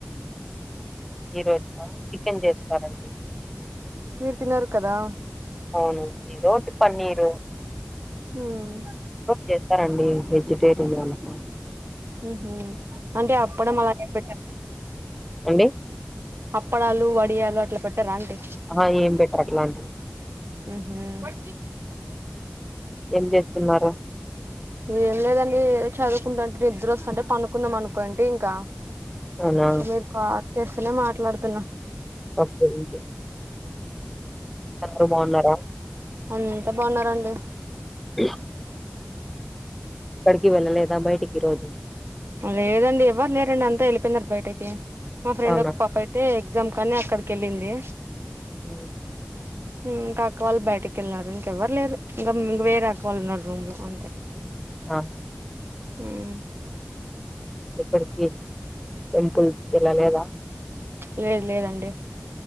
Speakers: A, in the centre; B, on the right.
A: ఈ రోజుక చికెన్ చేస్తారండి
B: మీరు తినరూ కదా
A: అవును ఏదోటి పన్నిరు
B: మ్
A: చేస్తారండి వెజిటేరియన్ వాళ్లకు
B: ఉహు అంటే అప్పుడం అలా పెట్ట
A: అండి
B: అప్పడాలు వడియాలు అట్లా పెట్టర అండి
A: ఆహ ఏం బెట్టారు అట్లాంటి
B: ఉహు
A: ఏం చేత్తున్నారు
B: ఏం లేదండి ఏదో చదువుకుంటె అంటే నిద్ర వస్తుంటే పడుకుందాం అనుకోండి ఇంకా
A: అవునా
B: మీర్ కాల్ చేస్తనే మాట్లాడుతున్నా
A: ఓకే ఇక్కే అందరు బాగున్నారా
B: అంత బాగున్నారాండి
A: అ <unintelligible> క్కడికి వెళ్ళలేదా బయటికి ఈ రోజు
B: లేదండి ఎవ్వరు లేరండి అంతా ఏళ్ళిపోయినారు బయటకి మా ఫ్రెండ్
A: అవునా
B: ఒక పాప అయితే గ్జామ్ అని అక్కడికి వెళ్ళింది
A: ఉమ్
B: ఇంకా అక్క వాళ్ళు బయటికి వెళ్ళినారు ఇంకెవ్వరు లేరు ఇంకా ఇంక వేరే ఆక్క వాళ్ళు ఉన్నారు రూమ్లో అంతె
A: ఆ
B: ఉమ్
A: అప్పడ్కీ టెంపుల్స్కి వెళ్ళలేదా
B: లేద్ లేదండి